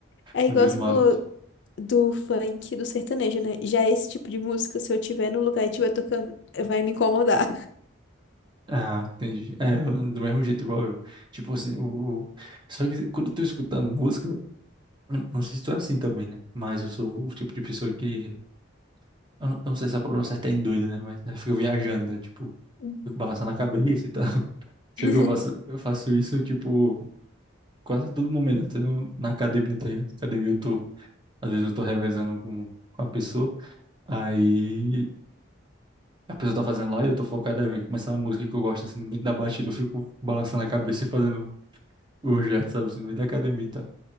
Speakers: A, on the left; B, on the right.
A: É
B: do
A: igual
B: mesmo
A: você falou
B: hábito.
A: do funk, do sertanejo, né? Já é esse tipo de música, se eu tiver no lugar e estiver tocando, vai me incomodar.
B: Ah, entendi. É, do mesmo jeito igual eu. Tipo assim, o... só que quando eu tô escutando música, eu não não sei se tu é assim também, né? Mas eu sou o tipo de pessoa que. Eu não eu não sei se a palavra certa é em doida, né? Mas eu fico viajando, né? Tipo,
A: Uhum.
B: fico balançando a cabeça e tal. <laughs>
A: <laughs>
B: Só que eu faço, eu faço isso, tipo, quase a todo momento, até no- na academia, tá ligado? Na academia eu tô. Às vezes eu tô revezando com, com a pessoa. Aí. A pessoa tá fazendo lá e eu tô focado, aí começar uma música que eu gosto, assim, no meio da batida, eu fico balançando a cabeça e fazendo o jet, sabe, assim, no meio da academia, e tal.